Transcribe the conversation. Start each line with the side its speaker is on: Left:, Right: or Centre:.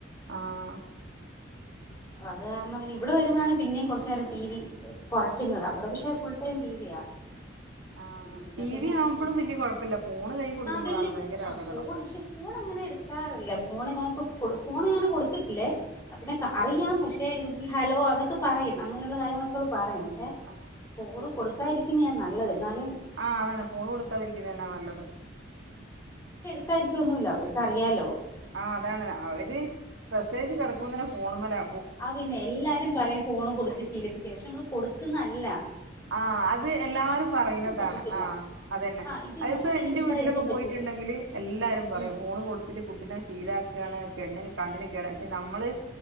Right: ആഹ്
Left: അത് കാരണം പിന്നെ ഇവിടെ വരുമ്പം ആണ് പിന്നേം കുറച്ച് നേരം ടി വി കുറക്കുന്നത് അവിടെ പക്ഷെ ഇവിടെ ഫുൾ ടൈം ടി വി യാ
Right: ആഹ്
Left: ഇവിടെ
Right: ടി
Left: പിന്നെ
Right: വി ആവുമ്പളും
Left: ഉം ഉം
Right: വല്യ കൊഴപ്പല്ല ഫോണ് കൈ കൊടുക്കുമ്പളാണ്
Left: അതല്ലിയോ
Right: ഭയങ്കര
Left: ആ
Right: അപകടം
Left: ഫോൺ പക്ഷെ ഫോൺ അങ്ങനെ എടുക്കാറില്ല ഫോണ് ഞാന് ഇപ്പം
Right: ആഹ്
Left: കൊട് ഫോണ് ഞാന് കൊട് ക്കത്തില്ലേ അ പിന്നെ
Right: ആഹ്
Left: അറിയാം പക്ഷെ ഈ ഹലോ അതൊക്കെ പറയും അങ്ങനൊള്ള കാര്യങ്ങൾ ഒക്കെ പറയും പക്ഷെ ക്ഷേ
Right: ആഹ്
Left: ഫോണ് കൊടു കൊടുക്കാതിരിക്കുന്നെയാ നല്ലത് എന്നാല്
Right: ആ അതാണ് ഫോണ് കൊടുക്കാതെ ഇരിക്കുന്നത് തന്നെയാ നല്ലത്
Left: സംസാരിക്കുവൊന്നുമില്ല അവർക്ക് അറിയാല്ലോ
Right: ആഹ് അതാണ് അവര് പ്രെസവിച്ച് കിടക്കുമ്പോ തന്നെ ഫോണുംമേലാ
Left: ആ പിന്നെ എല്ലാരും പറയും ഫോണ് കൊടുത്ത് ശീലിപ്പിക്കരുത് പക്ഷെ നമ്മള് കൊടുക്കുന്നെ അല്ല
Right: ആ അത് എല്ലാരും പറയുന്നതാണ്
Left: പറ്റത്തില്ല
Right: ആ അതന്നെ
Left: ആ ഇത്
Right: അത്
Left: നമുക്ക്
Right: ഇപ്പം എന്റെ
Left: ഇത് എടുക്കാതിരിക്കാൻ
Right: വീട്ടിലെക്കെ
Left: പറ്റൂല
Right: പോയിട്ടുണ്ടെങ്കില് എല്ലാരും പറയും
Left: ഉം
Right: ഫോണ് കൊടുത്തിട്ട് കുട്ടീനെ ശീലം ആക്കാണ് <unintelligible> കണ്ണിന് കേടാ പക്ഷെ നമ്മള്